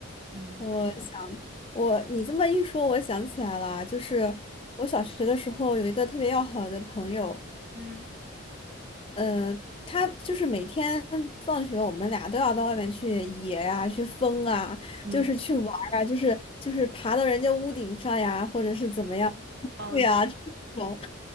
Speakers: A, on the right; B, on the left.
A: 嗯
B: 我想，我你这么一说，我想起来了，就是我小学的时候有一个特别要好的朋友，
A: 嗯
B: 呃，他就是每天放学，我们俩都要到外面去野呀、去疯啊，
A: 嗯
B: 就是去玩儿啊，就是就是爬到人家屋顶上呀，或者是怎么样，
A: 嗯，
B: 对呀，
A: 对，
B: 这种。